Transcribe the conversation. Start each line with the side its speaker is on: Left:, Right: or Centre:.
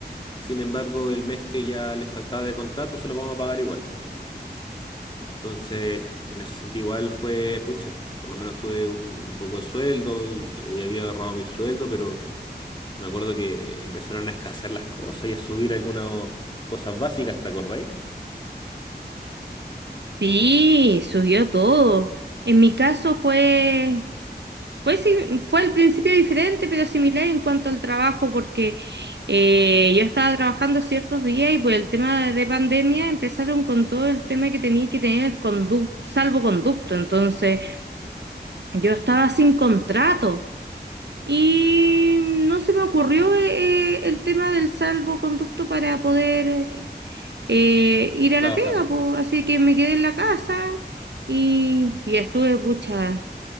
Left: Sin embargo, el mes que ya les faltaba de contrato se lo vamos a pagar igual. Entonces, en ese sentido igual fue, pucha, por lo menos tuve un, un poco de sueldo y, y había agarrado mi sueldo, pero me acuerdo que empezaron a escasear las cosas y a subir algunas cosas básicas, ¿te acordáis?
Right: Sí, subió todo. En mi caso fue, pues sí, fue al principio diferente, pero similar en cuanto al trabajo, porque eh, yo estaba trabajando ciertos días y por el tema de, de pandemia empezaron con todo el tema que tenía que tener condu- salvoconducto. Entonces, yo estaba sin contrato y no se me ocurrió eh, eh, el tema del salvoconducto para poder eh, eh, ir a
Left: Trabajar.
Right: la pega, pues. Así que me quedé en la casa y, y estuve, pucha,